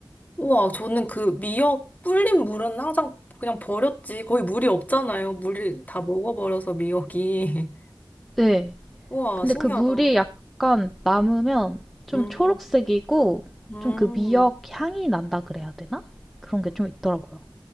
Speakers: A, on the left; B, in the centre.
A: 우와, 저는 그 미역 불린 물은 항상 그냥 버렸지. 거의 물이 없잖아요. 물이 다 먹어버려서 미역이.
B: 네,
A: <laughs> 우와,
B: 근데
A: 신기하다.
B: 그 물이 약간 남으면 좀
A: 음,
B: 초록색이고
A: 음.
B: 좀 그 미역 향이 난다 그래야 되나? 그런 게 좀 있더라고요.